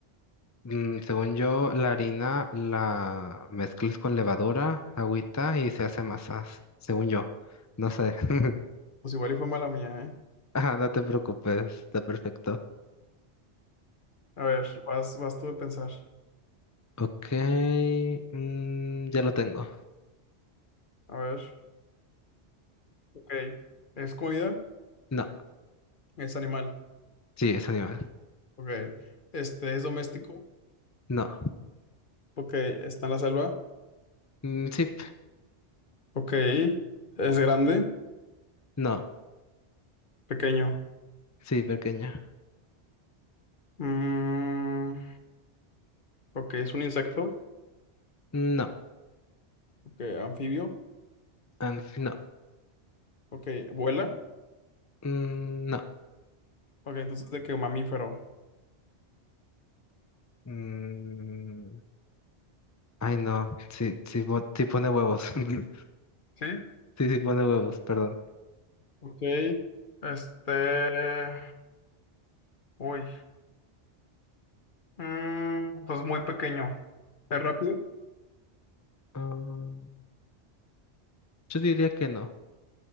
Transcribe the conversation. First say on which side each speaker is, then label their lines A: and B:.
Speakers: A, on the left; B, on the left.
A: Mm, Según yo, la harina la mezclas con levadura, agüita y se hace masas. Según yo. No sé. <laughs>
B: Pues igual y fue mala mía, ¿eh?
A: Ah, no te preocupes. Está perfecto.
B: A ver, vas, vas tú de pensar.
A: Ok. mm, ya lo tengo.
B: A ver, ok. ¿Es comida?
A: No.
B: ¿Es animal?
A: Sí, es animal.
B: Ok. Este, ¿es doméstico?
A: No.
B: Ok. ¿Está en la selva?
A: Mm, sí.
B: Ok. ¿Es grande?
A: No.
B: Pequeño.
A: Sí, pequeña.
B: Mm, ok, ¿es un insecto?
A: No.
B: Ok, anfibio.
A: Ah, no.
B: Ok, ¿vuela?
A: Mm, no.
B: Ok, entonces de qué mamífero.
A: Mm, ay, no. Sí, sí, pon- sí pone huevos. <laughs>
B: Sí.
A: Sí, sí pone huevos, perdón.
B: Ok. Este... Uy. Mm, entonces muy pequeño. ¿Es rápido?
A: Ah, yo diría que no.